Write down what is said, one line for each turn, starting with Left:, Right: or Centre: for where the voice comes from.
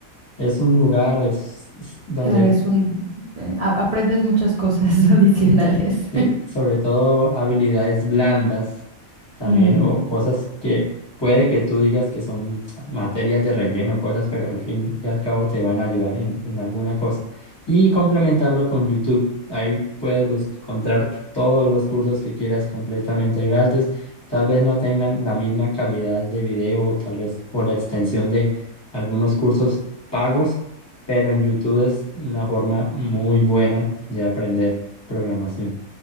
Left: es un lugar es, es donde
Right: Claro, es un... eh, a- aprendes muchas cosas <laughs> adicionales.
Left: Sí, sobre todo habilidades blandas
Right: <laughs>
Left: también
Right: Mm.
Left: o cosas que puede que tú digas que son materias de relleno, cosas, pero al fin y al cabo te van a ayudar en, en alguna cosa. Y complementarlo con YouTube. Ahí puedes bus- encontrar todos los cursos que quieras completamente gratis. Tal vez no tengan la misma calidad de video, tal vez o la extensión de algunos cursos pagos, pero en YouTube es una forma muy buena de aprender programación.